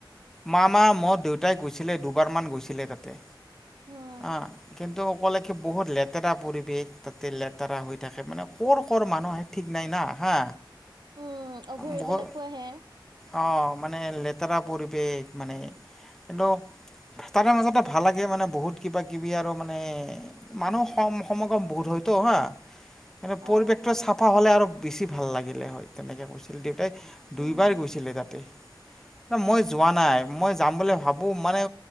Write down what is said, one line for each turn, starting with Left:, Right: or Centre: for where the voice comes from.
Centre: মামা ম দেউতাই গৈছিলে, দুবাৰমান গৈছিলে তাতে।
Right: উম
Centre: অ', কিন্তু ক'লেকে বহুত লেতেৰা পৰিৱেশ। তাতে লেতেৰা হৈ থাকে মানে কৰ-কৰ মানুহ আহে ঠিক নাই না হা
Right: উম', অঘৰিবিলাকো
Centre: বহুত
Right: আহে।
Centre: অ'। মানে লেতেৰা পৰিৱেশ। মানে, কিন্তু তাৰে মাজতে ভাল লাগে মানে বহুত কিবা-কিবি আৰু মানে মানুহ সম-সমাগম বহুত হয়তো হা মানে পৰিৱেশটো
Right: অ'।
Centre: চাফা হলে আৰু বেছি ভাল লাগিলে হয়, তেনেকে কৈছিল দে তাই দুইবাৰ
Right: উম
Centre: গৈছিলে তাতে। মই যোৱা নাই। মই যাম বুলি ভাবো মানে